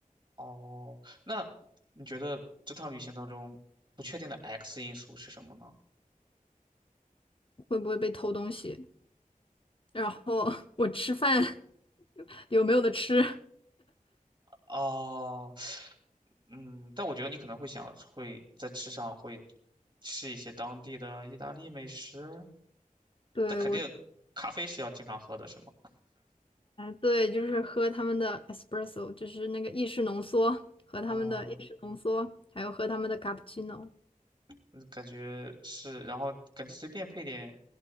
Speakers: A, on the right; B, on the left.
A: 哦，那你觉得这趟旅行当中不确定的 X 因素是什么呢？
B: 会不会被偷东西，然后 <laughs> 我吃饭 <laughs> 有没有的吃。
A: 哦，嗯，但我觉得你可能会想会在吃上会吃一些当地的意大利美食，
B: 对，
A: 但肯定咖啡是要经常喝的，
B: 我，
A: 是吗？
B: 对，就是喝他们的 espresso，就是那个意式浓缩，和他们的意式浓缩，
A: 啊，
B: 还有喝他们的 cappuccino。
A: 那感觉是，然后感觉随便配点